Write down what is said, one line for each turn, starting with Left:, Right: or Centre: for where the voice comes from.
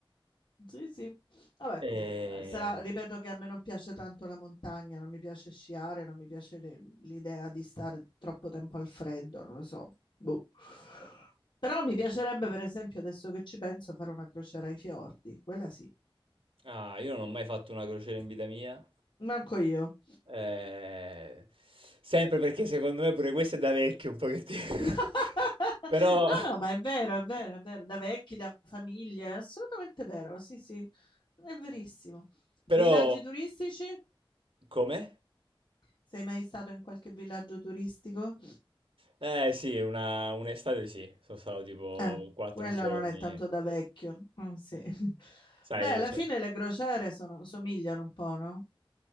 Left: Sì, sì, vabbè,
Right: E-
Left: comunque, sarà, ripeto che a me non piace tanto la montagna, non mi piace sciare, non mi piace le- l'idea di stare troppo tempo al freddo, non lo so. Boh. Però mi piacerebbe, per esempio, adesso che ci penso, fare una crociera ai fiordi, quella sì.
Right: Ah, io non ho mai fatto una crociera in vita mia.
Left: Manco io.
Right: Eh, Sempre perché secondo me pure questo è da vecchio un pochettino. <laughs>
Left: <laughs>
Right: Però...
Left: No, no, ma è vero, è vero, è vero, da vecchi, da famiglie, è assolutamente vero, sì, sì, è verissimo.
Right: Però...
Left: Villaggi turistici?
Right: Come?
Left: Sei mai stato in qualche villaggio turistico?
Right: Eh sì, una... un'estate sì. Sono stato tipo
Left: Eh,
Right: quattro
Left: quella
Right: giorni.
Left: non è tanto da vecchio. Mm, sì. <laughs>
Right: Sai,
Left: Beh, alla
Right: cioè...
Left: fine le crociere sono- somigliano un po', no?